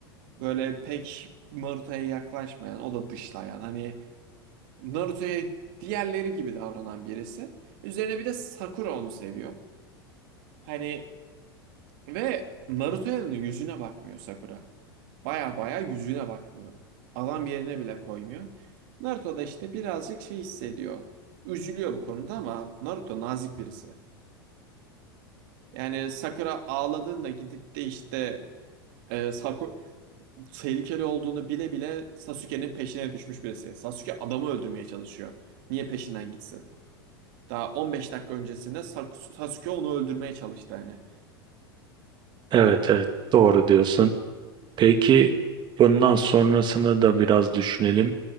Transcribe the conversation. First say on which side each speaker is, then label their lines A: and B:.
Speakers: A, on the right (about 60°); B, on the right (about 35°).
A: Böyle pek Naruto'ya yaklaşmayan, o da dışlayan. Hani Naruto'ya diğerleri gibi davranan birisi. Üzerine bir de Sakura onu seviyor. Hani ve Naruto'nun yüzüne bakmıyor Sakura. Baya baya yüzüne bakmıyor. Adam yerine bile koymuyor. Naruto da işte birazcık şey hissediyor. Üzülüyor bu konuda ama Naruto nazik birisi. Yani Sakura ağladığında gidip de işte e, Saku- tehlikeli olduğunu bile bile Sasuke'nin peşine düşmüş birisi. Sasuke adamı öldürmeye çalışıyor. Niye peşinden gitsin? Daha 15 dakika öncesinde Sak- Sasuke onu öldürmeye çalıştı hani.
B: Evet evet doğru diyorsun. Peki bundan sonrasını da biraz düşünelim.